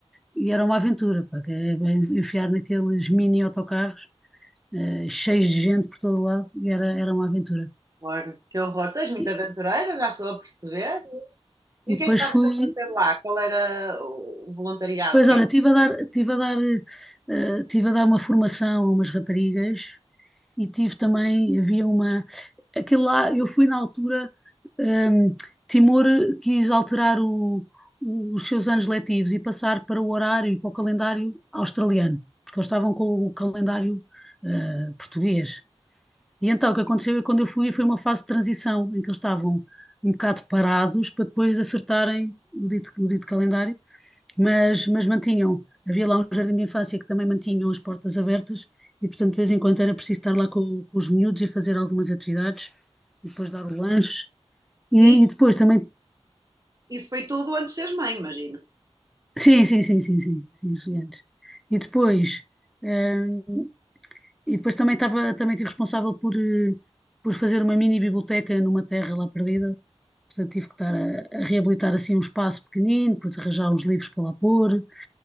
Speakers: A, in the centre; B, on the right.
A: e era uma aventura, pá, que é bem enfiar naqueles mini autocarros, eh, cheios de gente por todo lado, e era, era uma aventura.
B: Horror. Que horror, tu és
A: E,
B: muito aventureira, já estou a perceber. E
A: e
B: o que
A: depois
B: é que estavas
A: fui.
B: a fazer lá? Qual era o o voluntariado?
A: Pois
B: O que
A: olha,
B: é
A: estive a dar, tive a dar, eh, tive a dar uma formação a umas raparigas e tive também, havia uma, aquele lá, eu fui na altura, ehm, Timor quis alterar o- o- os seus anos letivos e passar para o horário e para o calendário australiano, porque eles estavam com o calendário, eh, português. E então o que aconteceu é que quando eu fui foi uma fase de transição em que eles estavam um bocado parados para depois acertarem o dito o dito calendário mas, mas mantinham, havia lá um jardim de infância que também mantinham as portas abertas e, portanto, de vez em quando era preciso estar lá com, com os miúdos e fazer algumas atividades, e depois dar o lanche, e,
B: que...
A: e depois também,
B: Isso foi tudo antes de seres mãe, imagino.
A: sim, sim, sim, sim, sim, sim, isso E depois, hum, e depois também estava, também estive responsável por, eh, por fazer uma mini biblioteca numa terra lá perdida, portanto tive que estar a, a reabilitar assim um espaço pequenino, depois arranjar uns livros para lá pôr,